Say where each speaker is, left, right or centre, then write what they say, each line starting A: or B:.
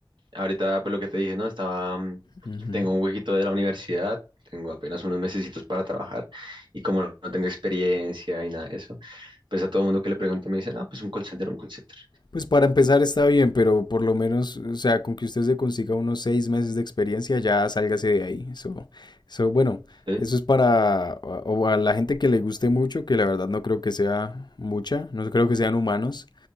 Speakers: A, on the right; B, on the left.
A: Ahorita, pues lo que te dije, ¿no? Estaba, mm,
B: ujú.
A: tengo un huequito de la universidad, tengo apenas unos mesecitos para trabajar y como no tengo experiencia y nada de eso, pues a todo mundo que le pregunto me dice, no, pues un call center, un call center.
B: Pues para empezar está bien, pero por lo menos, o sea, con que usted se consiga unos seis meses de experiencia, ya sálgase de ahí. Eso, eso, bueno,
A: Sí,
B: eso es para a- o a la gente que le guste mucho, que la verdad no creo que sea mucha, no creo que sean humanos,